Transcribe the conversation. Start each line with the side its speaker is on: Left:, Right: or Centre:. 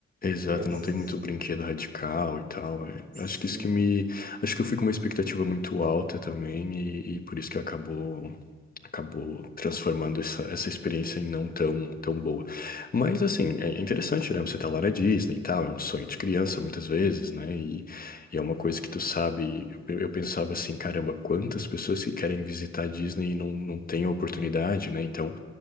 Left: Exato,
Right: Agora, s-
Left: não tem muito brinquedo radical e tal. é.
Right: sim,
Left: Acho que isso que me. Acho que eu fui com uma expectativa muito alta também, e, e por isso que acabou acabou transformando essa, essa experiência em não tão, tão boa. Mas assim, é interessante, né? Você tá lá na Disney e tal, é um sonho de criança muitas vezes, né? E, e é uma coisa que tu sabe. Eu, eu pensava assim, caramba, quantas pessoas que querem visitar a Disney e não, não têm a oportunidade, né? Então,